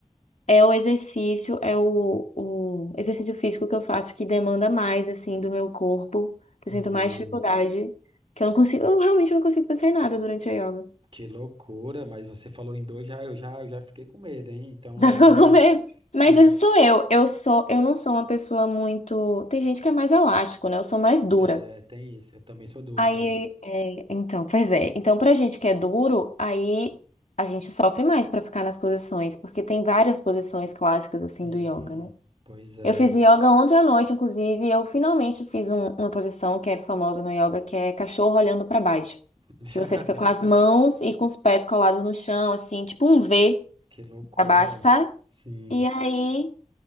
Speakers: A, on the left; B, on the right.
A: é o exercício, é o, o exercício físico que eu faço que demanda mais, assim, do meu corpo, que
B: Hum,
A: eu sinto mais dificuldade, que eu não consigo, eu realmente não consigo pensar em nada durante a yoga.
B: que loucura, mas você falou em dois, já, eu já, eu já fiquei com medo, hein? Então
A: Já
B: eu
A: ficou
B: vou.
A: com medo? Mas
B: Eu já,
A: isso sou eu. Eu sou, eu não sou uma pessoa muito. Tem gente que é mais elástico, né? Eu sou mais dura.
B: é, tem isso, eu também sou duro,
A: Aí,
B: cara.
A: é, então, pois é. Então, pra gente que é duro, aí a gente sofre mais pra ficar nas posições, porque tem várias posições clássicas assim
B: Sim,
A: do yoga, né?
B: pois é.
A: Eu fiz yoga ontem à noite, inclusive, e eu finalmente fiz um- uma posição que é famosa no yoga, que é cachorro olhando pra baixo,
B: <laughs>
A: que você fica com as mãos e com os pés colados no chão, assim, tipo um V
B: Que loucura.
A: pra baixo, sabe?
B: Sim.
A: E aí